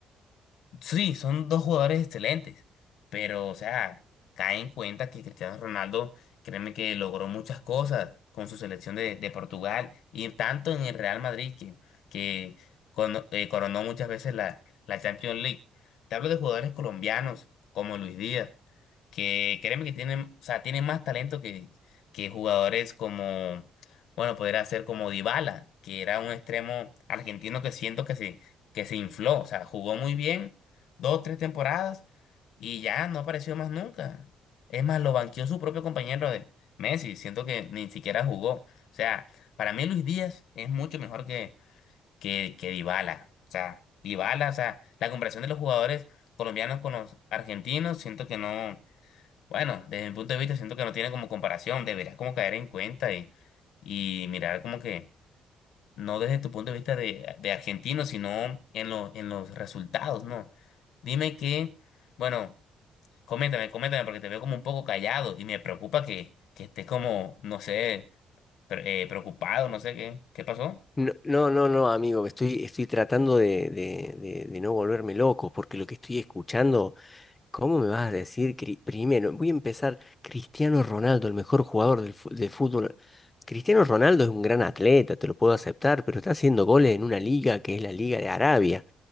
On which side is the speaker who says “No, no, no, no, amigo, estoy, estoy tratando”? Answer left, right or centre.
Left